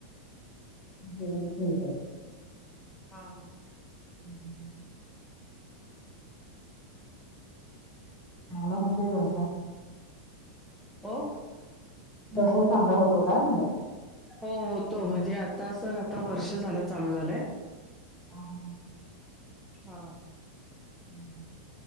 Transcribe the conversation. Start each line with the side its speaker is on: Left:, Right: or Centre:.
Left: जेवायला काय हुतं
Centre: हा हा
Left: हुं हुं हू. चांगला होतोय व्यवसाय.
Centre: हो.
Left: व्यवसाय चांगला होतो काय म्हणलं?
Centre: हो होतो म्हणजे आता तर आता वर्ष झालं चालू झालंय.
Left: हा ह हा.
Centre: हा.
Left: हम्म.